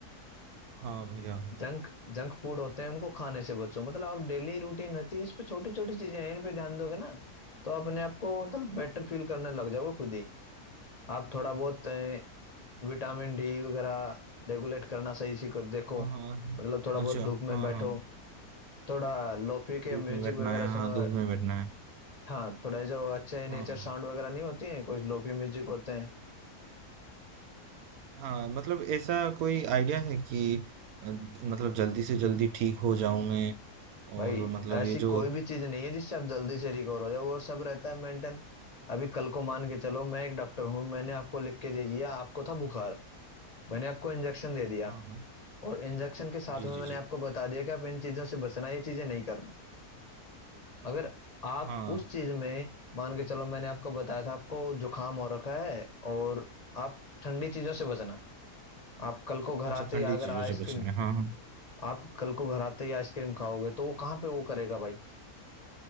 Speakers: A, on the right; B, on the left.
A: हाँ भैया
B: जंक जंक फूड होते हैं उनको खाने से बचो मतलब आप डेली रूटीन रहती है इस पे छोटी छोटी चीजें हैं इन पे ध्यान दोगे ना तो आप अपने आप को मतलब बेटर फील करने लग जाओगे खुद ही आप थोड़ा बहुत विटामिन डी वगैरह रेगुलेट करना सही से को- देखो
A: हाँ हाँ हाँ,
B: मतलब थोड़ा बहुत
A: अच्छा
B: धूप
A: हाँ
B: में बैठो
A: हाँ
B: थोड़ा लोफी के
A: धूप
B: म्यूजिक
A: में बैठना
B: वगैरह
A: है हाँ
B: सुनो
A: धूप में बैठना है
B: हाँ थोड़ा जो अच्छे नेचर
A: हाँ
B: साउंड वगैरह नहीं होती हैं कुछ लोफी म्यूजिक होते हैं
A: हाँ मतलब ऐसा कोई आइडिया है कि अ, मतलब जल्दी से जल्दी ठीक हो जाऊं मैं
B: भाई
A: और मतलब
B: ऐसी
A: ये
B: कोई
A: जो
B: भी चीज नहीं है जिससे आप जल्दी से रिकवर हो जाओ वो सब रहता है मेंटेन अभी कल को मान के चलो मैं एक डॉक्टर हूँ मैंने आपको लिख के दे दिया आपको था बुखार मैंने आपको इंजेक्शन दे दिया
A: हाँ हाँ
B: और इंजेक्शन के साथ
A: जी
B: में
A: जी
B: मैंने
A: जी
B: आपको बता दिया कि आप इन चीजों से बचना ये चीजें नहीं करना अगर आप
A: हाँ
B: उस चीज में मान के चलो मैंने आपको बताया था आपको जुकाम हो रखा है और आप ठंडी चीजों से बचना आप कल को घर आते
A: अच्छा ठंडी
B: ही अगर
A: चीजों
B: आइसक्रीम
A: से बचना है हाँ हाँ
B: आप कल को घर आते ही आइसक्रीम खाओगे तो वो कहाँ पे वो करेगा भाई